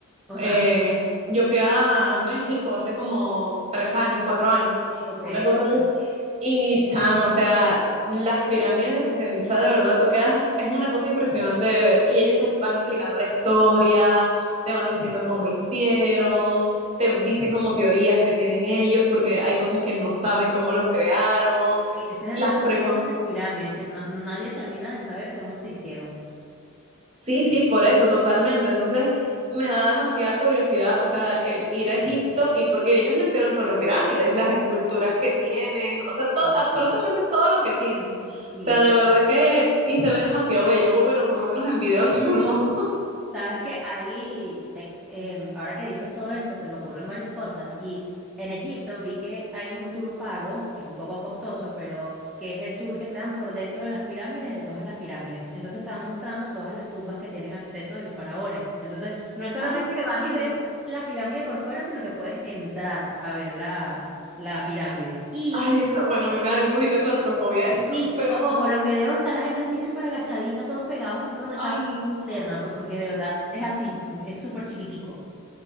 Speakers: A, in the centre; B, on the right.
A: Ajá,
B: eh, yo fui a México hace como tres años, cuatro años,
A: ok.
B: una cosa así. Y chamo, o sea, las pirámides de Chichén Itzá, de verdad, tú quedas, es una cosa impresionante de ver. Y ellos te van explicando la historia, te van diciendo cómo hicieron, te dicen como teorías que tienen ellos, porque hay cosas que no saben cómo los crearon.
A: Y ese es el
B: Las
A: tema
B: preguntas
A: con todas las pirámides, que no- nadie termina de saber cómo se hicieron.
B: Sí, sí, por eso, totalmente. Entonces, me da demasiada curiosidad, o sea, el ir a Egipto y porque ellos no hicieron solo pirámides, las esculturas que tienen, o sea, to-
A: Y
B: absolutamente todo lo que tienen.
A: y
B: O sea, de verdad que, y se ve demasiado bello, bueno, por lo menos en video <laughs> se ve hermoso.
A: sabes que ahí, te- em, ahora que dices todo esto, se me ocurren varias cosas. Y en Egipto vi que hay un tour pago, que es un poco costoso, pero que es el tour que te dan por dentro de las pirámides, de todas las pirámides. Entonces te van mostrando todas las tumbas que tienen acceso de los faraones. Entonces no es solamente
B: Ay, qué
A: que vas
B: fino.
A: y ves la pirámide por fuera, sino que puedes entrar a ver la, la pirámide. Y...
B: Ay, o sea, bueno,
A: Sí.
B: a mí me daría un poquito de claustrofobia esto,
A: Y
B: <laughs> pero
A: o-
B: ajá.
A: ojo, los videos está la gente así súper agachadita, todos pegados así con la cámara
B: Ay,
A: interna,
B: no.
A: pues porque de verdad es así, es súper chiquitico.